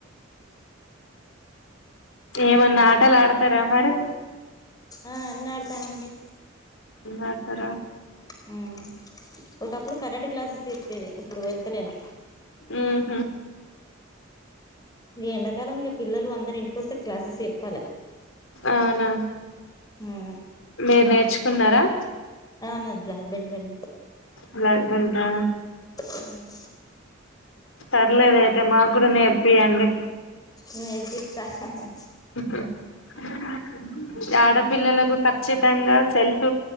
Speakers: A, on the left (about 85°); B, on the left (about 20°).
A: ఏమన్నా ఆటలు ఆడతారా మరి
B: ఆ అన్నా అంటానండి.
A: ఉన్నా అంటారా? <unintelligible>
B: హ్మ్! ఒకప్పుడు కరాటె క్లాసెస్ చెప్పేది. ఇప్పుడు వెళ్తలేను.
A: మ్ హు.
B: ఈ ఎండాకాలం ఇక పిల్లలు అందరూ ఇంటికివస్తే క్లాసెస్ చెప్పాల.
A: అవునా?
B: ఉమ్
A: మీరు నేర్చుకున్నారా?
B: అవును. బ్లాక్ బెల్ట్ అండి.
A: బ్లాక్ బెల్టా?
B: ఉమ్
A: పర్లేదు అయితే మాకు కూడా నేర్పియండి.
B: నేర్పిస్తా. హ హా.
A: హ <unintelligible> ఆడపిల్లలకు ఖచ్చితంగా సెల్ఫ్